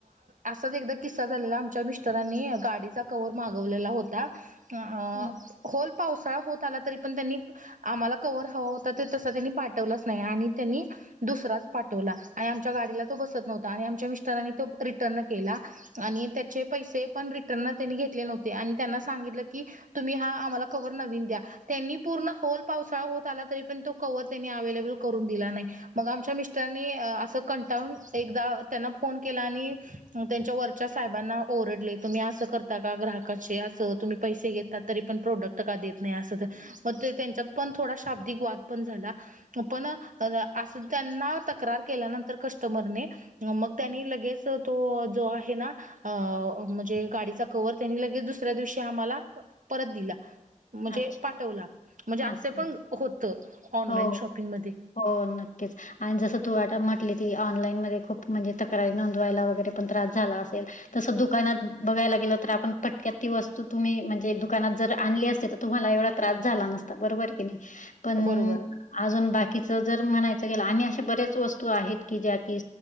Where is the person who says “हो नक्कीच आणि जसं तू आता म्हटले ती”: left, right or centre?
Left